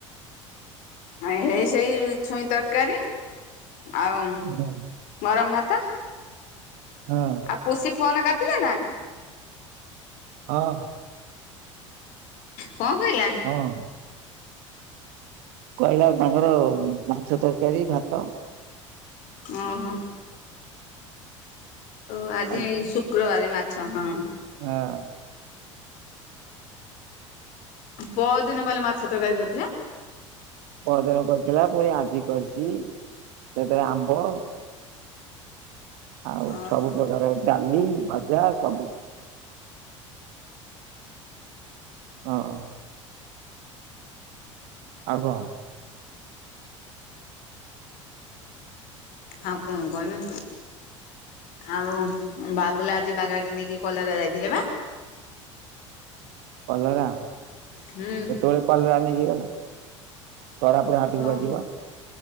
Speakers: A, on the left (about 55°); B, on the right (about 55°).
A: ଆଁ ହେଇ ସେଇ ଛୁଇଁ ତରକାରୀ ଆଉ।
B: ହଁ
A: ଗରମ୍ ଭାତ।
B: ହଁ।
A: ଆ ପୁଷି ଫୋନ କରିଥିଲା ନା?
B: ହଁ।
A: କଁ କଇଁଲା?
B: ହଁ। କହିଲା ତାଙ୍କର ମାଛ ତରକାରି ଭାତ।
A: ଅଁ ହଁ। ଓ ଆଜି
B: ଖାଇଛି।
A: ଶୁକ୍ରବାରେ ମାଛ ହଁ।
B: ହଁ।
A: ପଅଦିନବାଲ ମାଛ ତରକାରୀ କରିଥିଲା।
B: ପରଦିନ କରିଥିଲା ପୁଣି ଆଜି କରିଚି ସେଥିରେ ଆମ୍ବ ଆଉ
A: ଓହୋ
B: ସବୁ ପ୍ରକାର ଡାଲି ଭଜା ସବୁ ହଁ। ଆଉ କଁ?
A: ଆଉ କଁ କଇମି। ଆଉ ବାବୁଲା ଆଜି ବାରବାଟୀ ନେଇକି କଲରା ଯାଇଥିଲେବା?
B: କଲରା
A: ହୁଁ
B: କେତେବେଳେ କଲରା ନେଇକି ଗଲା? ତରା ପୁରୁ ହାଟକୁବା
A: ଓ
B: ଯିବ।